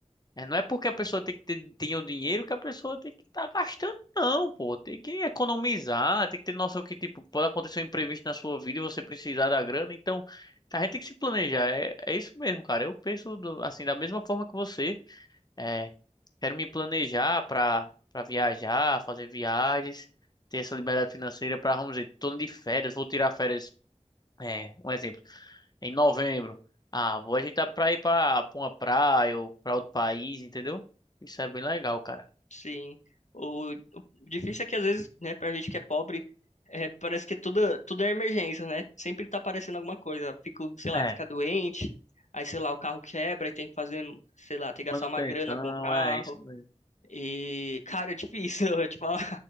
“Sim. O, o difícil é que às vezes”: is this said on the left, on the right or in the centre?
Left